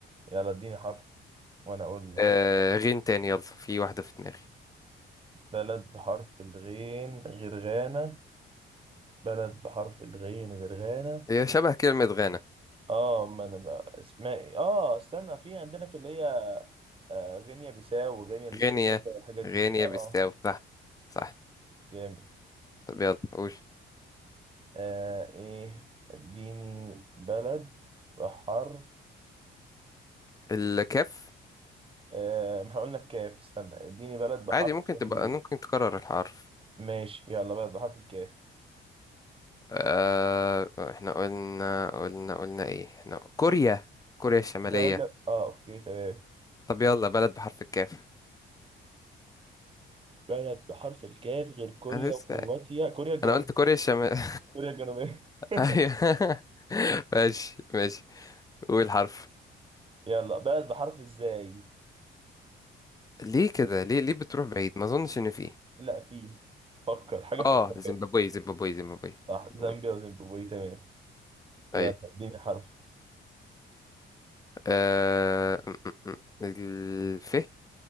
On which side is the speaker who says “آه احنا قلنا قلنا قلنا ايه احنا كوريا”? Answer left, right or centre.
Left